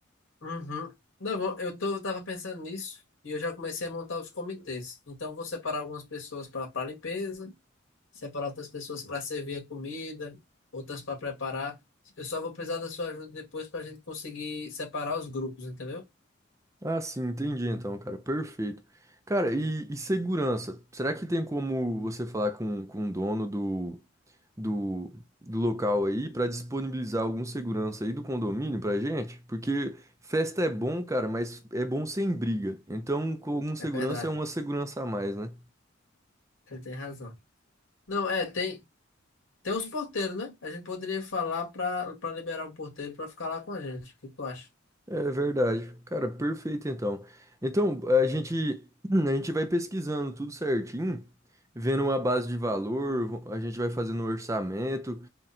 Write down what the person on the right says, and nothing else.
Ah, sim, entendi então, cara, perfeito. Cara, e, e segurança? Será que tem como você falar com, com o dono do do, do local aí para disponibilizar algum segurança aí do condomínio pra gente, porque festa é bom, cara, mas é bom sem briga. Então, com algum segurança
é uma segurança a mais, né?
É verdade. Cara, perfeito então. Então, a gente <clears throat> a gente vai pesquisando tudo certinho, vendo uma base de valor, a gente vai fazendo um orçamento,